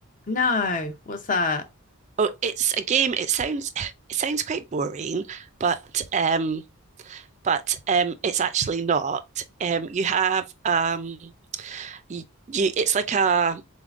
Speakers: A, on the left; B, on the right.
A: No, what's that?
B: oh, it's a game. It sounds it sounds quite boring, but um, but um, it's actually not. Um, you have um, you, you, it's like a